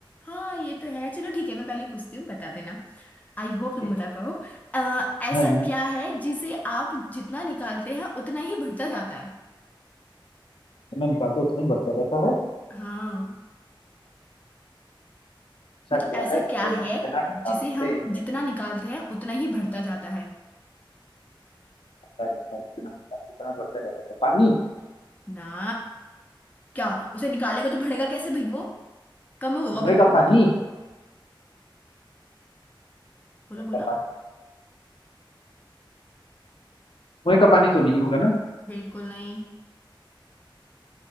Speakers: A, on the left (about 20°); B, on the left (about 80°).
A: हाँ ये तो है चलो ठीक है मैं पहले पूछती हूँ बता देना आई होप तुम
B: ठीक
A: बता पाओ अ, ऐसा
B: है हाँ हाँ
A: क्या है जिसे आप जितना निकालते हैं उतना ही बढ़ता जाता है
B: जितना निकालते हैं, उतना ही बढ़ता जाता है
A: हाँ
B: ऐसा
A: मतलब
B: क्या
A: ऐसा
B: है जिसे
A: क्या
B: हम
A: है
B: जितना निकालते
A: जिसे हम
B: हैं
A: जितना निकालते हैं उतना ही बढ़ता जाता है
B: क्या कहता है इतना इतना बढ़ते रहता है क्या पानी
A: ना क्या उसे निकालेगा तो बढ़ेगा कैसे भाई वो कम होगा
B: कुएं
A: बल्कि
B: का
A: वो
B: पानी
A: तो बोलो
B: कुएं
A: बोलो
B: का पानी कुएं का पानी तो नहीं होगा ना
A: बिल्कुल नहीं